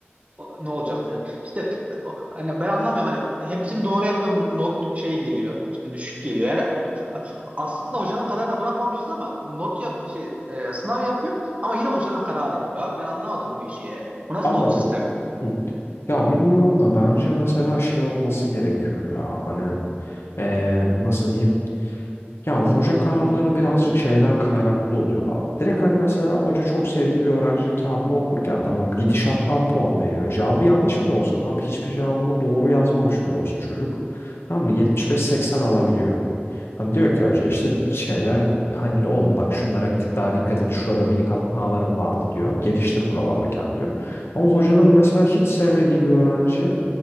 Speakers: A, on the right; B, on the left.
A: o- ne olacak falan. İşte o- hani ben anlamıyorum hani hepsini doğru yapıyorum not şey geliyor. işte düşük geliyor. Yani aslında hocanın kararına bırakmamışız ama hani not yap şey e, sınav yapıyor ama yine hocanın kararı gibi abi. Ben anlamadım bu işi yani. Bu nasıl
B: abi
A: not sistemi?
B: hı. ya bilmiyorum da bence mesela şey olması gerekiyor ya hani eee, nasıl diyeyim Ya hoca kararları birazcık şeyden kaynaklı oluyor abi. Direkt hani mesela hoca çok sevdiği bir öğrencinin kağıdını okurken tamam gidişattan puan veriyor. Cevabı yanlış bile olsa tamam hiçbir cevabında doğru yazmamış bile olsa çocuk. Tamam mı? 75-80 alabiliyor. Hani diyor ki hoca işte şeyde hani oğlum bak şunlara bir tık daha dikkat et. Şurada minik hatalarım vardı diyor. Geliştir buralarda kendini diyor. Ama hocanın mesela hiç sevmediği bir öğrenci